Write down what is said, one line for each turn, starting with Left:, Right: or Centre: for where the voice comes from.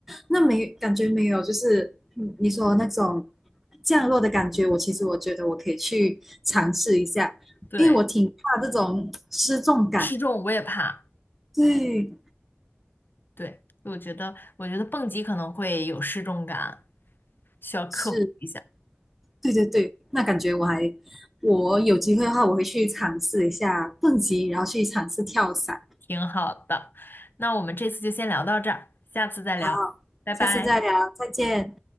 Centre: 那没感觉没有，就是嗯你说那种降落的感觉，我其实我觉得我可以去尝试一下，
Left: 对，
Centre: 因为我挺怕这种失重感。
Left: 失重我也怕。
Centre: 对，
Left: 对，我觉得我觉得蹦极可能会有失重感，需要克服一下。
Centre: 是，对对对，那感觉我还，我有机会的话，我会去尝试一下蹦极，然后去尝试跳伞。
Left: 挺好的，那我们这次就先聊到这儿，下次再聊，
Centre: 好，
Left: 拜拜。
Centre: 下次再聊，再见。